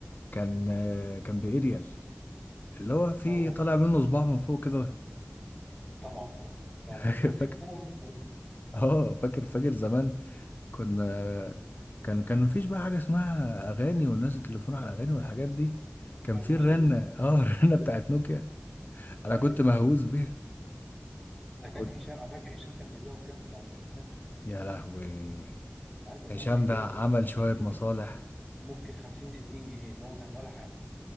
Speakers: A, on the left; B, in the centre.
A: كان آه، كان بإيريال اللي هو في
B: اه طبعا
A: طالع منه صباع من فوق كده
B: طبعا فاكره طبعا
A: <laughs> فاكر
B: ده مسكناه
A: فاكر
B: وانت ده.
A: اه فاكر فاكر زمان كنا كان كان مفيش بقى حاجة اسمها أغاني والناس التليفون على أغاني والحاجات دي كان
B: كانت
A: في
B: موسيقى.
A: الرنة اه <laughs> الرنة بتاعت نوكيا أنا
B: ايوه
A: كنت مهووس بيها
B: ده كان
A: كنت
B: هشام انا فاكر هشام كان بيبيعه بكام بتاع التليفونات
A: يا لهوي
B: ساعات ده كان
A: هشام
B: بيبيعه
A: ده عمل
B: ب
A: شوية
B: ممكن
A: مصالح
B: ممكن 50 60 جنيه اللي هو كان ولا حاجة